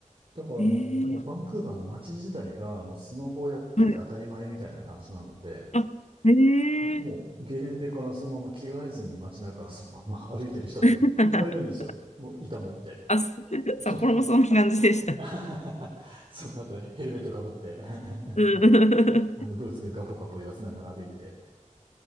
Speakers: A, on the right; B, on the left.
A: だからもう、
B: えー、
A: もうバンクーバーの街自体がもうスノボやってて当たり前みたいな感じなので、
B: はい。あ、えー、
A: もうゲレンデからそのまま着替えずに街中そのまま歩いてる人とかい
B: <laughs>
A: <laughs> っぱいいるんですよ。もう板持って。
B: あ、す <laughs> 札幌もそんな感じでした。
A: そう。<laughs> そう、なんかヘルメットかぶって <laughs>
B: うん
A: あのブーツでガポガポ言わせながら歩いて。